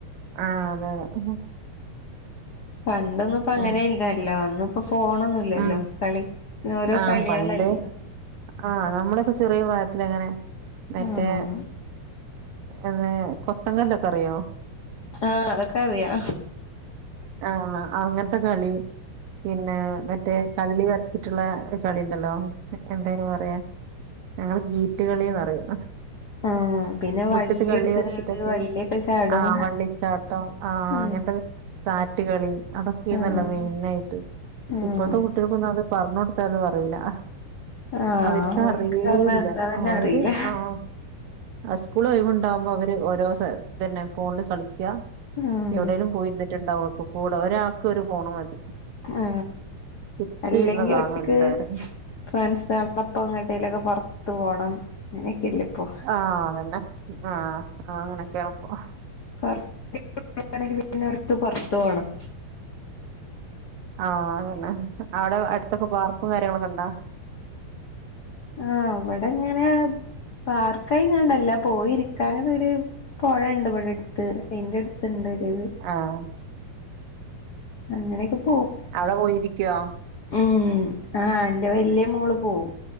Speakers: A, on the right; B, on the left.
A: ആഹ് അതെ അതെ
B: പണ്ടൊന്നും ഇപ്പ അങ്ങനെ
A: ഉം
B: ഇല്ലെലോ ഇന്ന് ഇപ്പ ഫോണൊന്നു ല്ലല്ലോ
A: ഉം
B: കളി ഓരോ
A: ആഹ്
B: കളിയളല്ലേ
A: പണ്ട് ആഹ് നമ്മളൊയൊക്കെ ചെറിയ പ്രായത്തില് അങ്ങനെ മറ്റേ
B: ആഹ്
A: എന്ന കൊത്തങ്കല്ലൊക്കെ അറിയോ
B: ആ അതക്കെ അറിയാ
A: ആഹ് അങ്ങനത്തെ കളി പിന്നെ മറ്റേ കള്ളി വരച്ചിട്ടുള്ള ഒരു കളി ഉണ്ടല്ലോ എന്താ അയിന് പറയാ ഞങ്ങള് ഗീറ്റുകളിന്ന് പറയു
B: ആഹ് പിന്നെ
A: മുറ്റത്ത്
B: വള്ളി
A: കള്ളി
B: എടുത്ത്കാണ്ട്
A: വരച്ചിട്ടൊക്കെ
B: വള്ളിയൊക്കെ ചാടും
A: ആ വള്ളിച്ചാട്ടം ആ
B: ഉം
A: അങ്ങനത്തെ സാറ്റ് കളി അതൊക്കെയായിരുന്നല്ലോ
B: ആഹ്
A: മെയിൻ ആയിട്ട്
B: ആഹ്
A: ഇപ്പോഴ്ത്തെ കുട്ടികൾക്കൊന്നും അത് പറഞ് കൊടുത്താലും അറിയൂല്ല
B: ആഹ്
A: അവര്ക്ക്
B: ഓൽക്ക്
A: അറിയേല്ല
B: അതൊന്നും എന്താന്നന്നെ
A: അവര്
B: അറിയില്ല
A: ആഹ അസ്കൂള് ഒഴിവുണ്ടാമ്പോ അവര് ഓരോ തന്നെ ഫോണിൽ കളിക്ക
B: ആഹ്
A: എവിടെലും പോയിരുന്നിട്ടുണ്ടാവും ഒക്കെ കൂടെ ഒരാൾക്ക് ഒരു ഫോണ് മതി
B: ആ
A: ചുറ്റും
B: അല്ലെങ്കിൽ
A: ഇരുന്ന് കാണും
B: ഒറ്റക്ക്
A: എല്ലാരും
B: ഫ്രണ്ട്സ്ള്ളപ്പങ്ങട്ടലൊക്കെ പൊറത്തു പോണം അങ്ങനെയൊക്കെ അല്ലെ ഇപ്പോ
A: ആ അതന്നെ ആ അങ്ങനെയൊക്കെയണപ്പം
B: <unintelligible> ണെങ്കില് പിന്നെ അടുത്ത് പൊറത്തു പോണം
A: ആ അതെന്നെ അവടെ അട്ത്തൊക്കെ പാർക്കും കാര്യങ്ങളൊക്കെണ്ടോ
B: ആ ഇവടെങ്ങനെ പാർക്കായിങ്ങണ്ടല്ല പോയി ഇരിക്കാനൊക്കൊര് പൊഴണ്ട് ഇവടെ അട്ത്ത് അയിന്റടുത്ത്ണ്ട് ഒരിത്
A: ആഹ്
B: അങ്ങനൊക്കെ പോവും
A: അവടെ പോയിരിക്കോ
B: ഉം ആ ന്റെ വെല്ല്യ മോള് പോവും